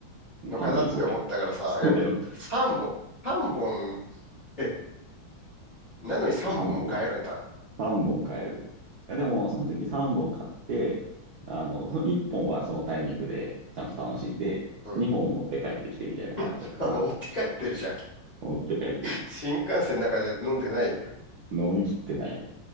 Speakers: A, on the right (about 85°); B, on the left (about 45°).
A: もう完全にそうだよ。
B: のかなって思ったからさ、
A: そうだよ。
B: いや、3本、3本、え、なのに3本も買えるんだ。
A: 3本、3本買える。でも、その時3本買って、あの、その1本はそのタイミングでちゃんと楽しんで、
B: うん。
A: 2本持って帰ってきてみたいな感じだったな。
B: <laughs> あ持って帰ってるじゃん。
A: 持って帰って、
B: 新幹線の中で飲んでないじゃん。
A: 飲み切ってない。